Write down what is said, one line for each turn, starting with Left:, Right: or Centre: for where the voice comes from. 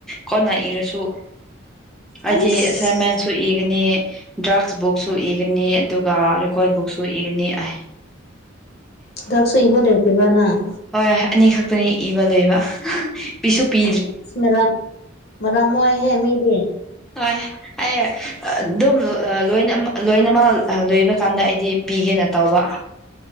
Centre: ꯀꯣꯟꯅ ꯏꯔꯁꯨ꯫ ꯑꯩꯗꯤ
Left: ꯑꯦꯁ
Centre: ꯑꯦꯁꯥꯏꯃꯦꯟ ꯁꯨ ꯏꯒꯅꯤ ꯗ꯭ꯔꯛꯁ ꯕꯨꯛꯁꯁꯨ ꯏꯒꯅꯤ ꯑꯗꯨꯒ ꯔꯦꯀꯣꯔꯠ ꯕꯨꯛꯁꯁꯨ ꯏꯒꯅꯤ ꯑꯥꯏ <inaudible>
Left: ꯗ꯭ꯔꯛꯁꯁꯨ ꯏꯕ ꯂꯣꯏꯗ꯭ꯔꯤꯕ ꯅꯪ꯫
Centre: ꯍꯣꯏ ꯑꯅꯤ ꯈꯛꯇꯅꯤ ꯏꯕ ꯂꯣꯏꯕ <unintelligible> ꯄꯤꯁꯨ ꯄꯤ
Left: ꯏꯁ ꯃꯔꯝ ꯃꯔꯝ ꯃꯣꯛꯌꯦꯍꯦ ꯃꯤꯗꯤ
Centre: ꯍꯣꯏ꯫ ꯑꯩ ꯑꯗꯨꯝ ꯑ ꯂꯣꯏꯅ ꯂꯣꯏꯅꯃꯛ ꯂꯣꯏꯕ ꯀꯥꯟꯗ ꯑꯩꯗꯤ ꯄꯤꯒꯦꯅ ꯇꯧꯕ꯫